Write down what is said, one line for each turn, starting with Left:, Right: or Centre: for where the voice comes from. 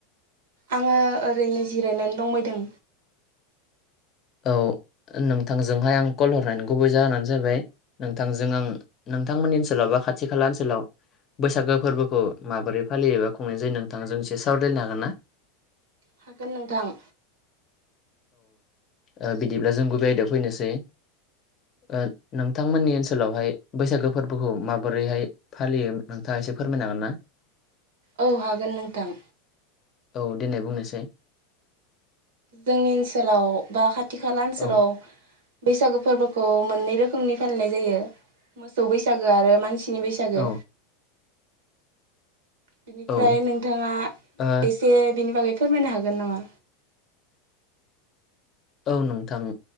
Right: आङो ओरैनो जिरायनानै दंबायदों
Left: औ। नोंथांजोंहाय आं कल हरनायनि गुबै जाहोनानो जाहैाय नोंथांजों आं नोंथांमोननि ओनसोलाव बा खाथि खाला ओनसोलाव बैसागो। फोरबोखौ माबोरै फालियोबा खुंनाय जायो नोंथांजों एसे सावरायलायनो हागोन ना
Right: हागोन नोंथां।
Left: आ बिदिब्ला जों गुबै आयदायाव फैनोसै। ओ नोंथांमोननि ओनसोलावहाय बैसागो फोरबोखौ माबोरैहाय फालियो नोंथाङा एसे। एसे फोरमायनो हागोन ना?
Right: औ हागोन नोंथां।
Left: औ देनाय बुंनायसाय।
Right: जोंनि ओनसोलाव बा खाथि खाला ओनसोलाव
Left: औ
Right: बैसागो फोरबोखौ मोननै रोखोमनि फालिनाय जायो, मोसौ बैसागो आरो मानसि नि बैसागो।
Left: औ
Right: बिनिफ्राय
Left: औ
Right: नोंथाङा
Left: ओ
Right: एसे बिनि बागै फोरमायनो हागोन नामा?
Left: औ नोंथां